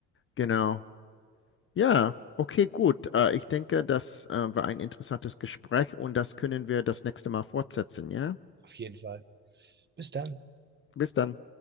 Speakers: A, on the left; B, on the right.
A: genau. Ja, okay, gut. Äh, ich denke, das äh, war ein interessantes Gespräch und das können wir das nächste Mal fortsetzen, ja?
B: Auf jeden Fall. Bis dann.
A: Bis dann.